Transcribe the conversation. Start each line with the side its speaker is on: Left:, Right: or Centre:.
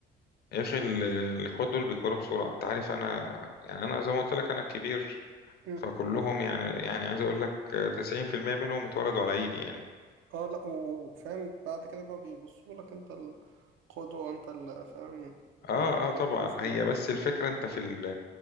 Left: يا اخي ال- الاخوات دول بيكبروا بسرعه انت عارف انا يعني انا زي ما قلت لك انا الكبير
Right: مم.
Left: فكلهم يعني يعني عايز اقول لك آه، 90% منهم اتولدوا على ايدي يعني
Right: اه لأ وفاهم بعد كده بقى بيبصوا لك أنت القدوة وأنت اللي فاهم
Left: اه
Right: لو دخلت
Left: اه طبعا
Right: مثلا
Left: هي بس الفكره انت في ال...